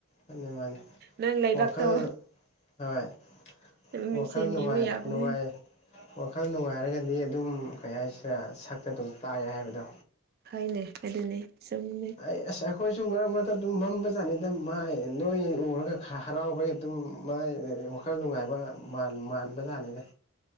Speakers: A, on the left; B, on the right.
A: ꯃꯥꯅꯤ ꯃꯥꯅꯤ
B: ꯅꯪ ꯂꯩꯕꯛ
A: ꯋꯥꯈꯜ
B: ꯇꯣ
A: ꯍꯣꯏ ꯋꯥꯈꯜ
B: ꯃꯤꯡꯁꯦꯟ
A: ꯅꯨꯡꯉꯥꯏ
B: ꯌꯦꯡꯕ ꯌꯥꯕꯅꯦ
A: ꯅꯨꯡꯉꯥꯏ ꯋꯥꯈꯜ ꯅꯨꯡꯉꯥꯏꯔꯒꯗꯤ ꯑꯗꯨꯝ ꯀꯩ ꯍꯥꯏꯁꯤꯔꯦ ꯁꯛꯇ ꯑꯗꯨꯝ ꯇꯥꯏ ꯍꯥꯏꯕꯗꯣ
B: ꯍꯥꯏꯅꯦ ꯑꯗꯨꯅꯦ ꯆꯨꯝꯃꯤꯅꯦ
A: ꯑꯩ ꯑꯁ ꯑꯩꯈꯣꯏꯁꯨ ꯃꯔꯛ ꯃꯔꯛꯇ ꯑꯗꯨꯝ ꯃꯝꯕ ꯖꯥꯠꯅꯤꯗ ꯃꯥꯏ ꯅꯣꯏ ꯎꯔꯒ ꯈꯔꯥ ꯍꯔꯥꯎꯕꯩ ꯑꯗꯨꯝ ꯃꯥꯏ ꯋꯥꯈꯜ ꯅꯨꯡꯉꯥꯏꯕ ꯃꯥꯟ ꯃꯟꯕꯖꯥꯠꯅꯤꯗ